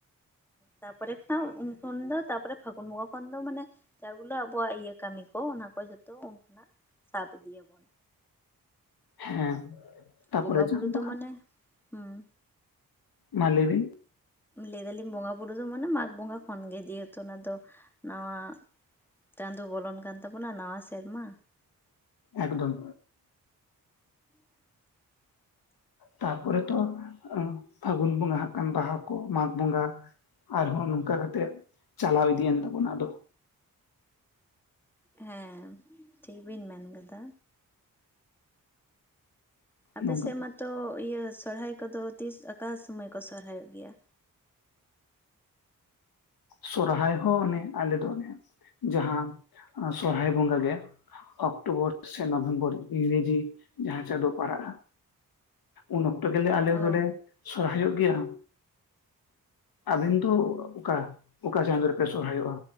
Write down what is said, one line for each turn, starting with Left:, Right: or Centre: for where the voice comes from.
Centre: ᱛᱟᱯᱚᱨᱮ ᱠᱷᱚᱱᱟᱜ ᱩᱱ ᱠᱷᱚᱱ ᱫᱚ ᱛᱟᱯᱚᱨᱮ ᱯᱷᱟᱜᱩᱱ ᱵᱚᱸᱜᱟ ᱠᱷᱚᱱ ᱫᱚ ᱢᱟᱱᱮ᱾ ᱡᱟ ᱜᱩᱞᱟ ᱟᱵᱚᱣᱟᱜ ᱤᱭᱟᱹ ᱠᱟᱢᱤ ᱠᱚ ᱚᱱᱟ ᱠᱚ ᱡᱷᱚᱛᱚ ᱩᱱ ᱠᱷᱚᱱᱟᱜ ᱥᱟᱵ ᱤᱫᱤᱭᱟᱵᱚᱱ᱾
Left: ᱦᱮᱸ᱾ ᱛᱟᱯᱚᱨᱮ
Centre: ᱵᱚᱸᱜᱟ ᱵᱩᱨᱩ
Left: ᱡᱟᱦᱟᱸ
Centre: ᱫᱚ
Left: ᱵᱟᱦᱟ
Centre: ᱢᱟᱱᱮ ᱦᱩᱸ᱾
Left: ᱢᱟ ᱞᱟᱹᱭ ᱵᱤᱱ᱾
Centre: ᱞᱟᱹᱭ ᱫᱟᱞᱤᱧ ᱵᱚᱸᱜᱟ ᱵᱩᱨᱩ ᱫᱚ ᱢᱟᱱᱮ ᱢᱟᱜᱽ ᱵᱚᱸᱜᱟ ᱠᱷᱚᱱ ᱜᱮ ᱡᱮᱦᱮᱛᱩ ᱚᱱᱟ ᱫᱚ ᱱᱟᱣᱟ᱾ ᱪᱟᱸᱫᱳ ᱵᱚᱞᱚᱱ ᱠᱟᱱ ᱛᱟᱵᱚᱱᱟ ᱱᱟᱣᱟ ᱥᱮᱨᱢᱟ᱾
Left: ᱮᱠᱫᱚᱢ᱾
Centre: <unintelligible>
Left: ᱛᱟᱯᱚᱨᱮ ᱛᱚ ᱯᱷᱟᱜᱩᱱ ᱵᱚᱸᱜᱟ ᱦᱟᱸᱜ ᱠᱷᱟᱱ ᱵᱟᱦᱟ ᱠᱚ ᱢᱟᱜᱽ ᱵᱚᱸᱜᱟ᱾ ᱟᱨ ᱦᱚᱸ ᱱᱚᱝᱠᱟ ᱠᱟᱛᱮᱜ ᱪᱟᱞᱟᱣ ᱤᱫᱤᱭᱮᱱ ᱛᱟᱵᱚᱱᱟ ᱟᱫᱚ᱾
Centre: ᱦᱮᱸ ᱴᱷᱤᱠ ᱵᱤᱱ ᱢᱮᱱ ᱠᱟᱫᱟ᱾ ᱟᱯᱮᱥᱮᱫ
Left: ᱱᱚᱝᱠᱟ
Centre: ᱢᱟᱛᱚ ᱤᱭᱟᱹ ᱥᱚᱨᱦᱟᱭ ᱠᱚ ᱫᱚ ᱛᱤᱥ ᱟᱠᱟ ᱥᱳᱢᱳᱹᱭ ᱠᱚ ᱥᱚᱨᱦᱟᱭᱚᱜ ᱜᱮᱭᱟ?
Left: ᱥᱚᱨᱦᱟᱭ ᱦᱚᱸ ᱚᱱᱮ ᱟᱞᱮ ᱫᱚ ᱚᱱᱮ ᱡᱟᱦᱟᱸ ᱥᱚᱨᱦᱟᱭ ᱵᱚᱸᱜᱟ ᱜᱮ᱾ ᱚᱠᱴᱳᱵᱚᱨ ᱥᱮ ᱱᱚᱵᱷᱮᱢᱵᱚᱨ ᱤᱝᱨᱮᱡᱤ ᱡᱟᱦᱟᱸ ᱪᱟᱸᱫᱳ ᱯᱟᱲᱟᱜᱼᱟ᱾ ᱩᱱ ᱚᱠᱛᱚ ᱜᱮᱞᱮ ᱟᱞᱮ
Centre: ᱚ
Left: ᱫᱚᱞᱮ ᱥᱚᱨᱦᱟᱭᱚᱜ ᱜᱮᱭᱟ᱾ ᱨᱤᱱᱛᱩ ᱚᱠᱟ ᱚᱠᱟ ᱪᱟᱸᱫᱳ ᱨᱮᱯᱮ ᱥᱚᱨᱦᱟᱭᱚᱜᱼᱟ?